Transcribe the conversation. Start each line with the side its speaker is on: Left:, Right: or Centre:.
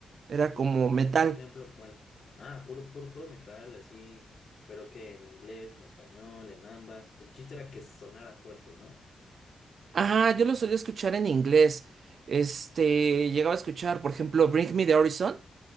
Right: Era
Left: Como,
Right: como
Left: como
Right: metal.
Left: por ejemplo, ¿cuál? Ah, puro, puro, puro metal, así, pero que en inglés, en español, en ambas. El chiste era que sonara fuerte, ¿no?
Right: Ah, yo lo solía escuchar en inglés. Este, llegaba a escuchar, por ejemplo, Bring Me the Horizon.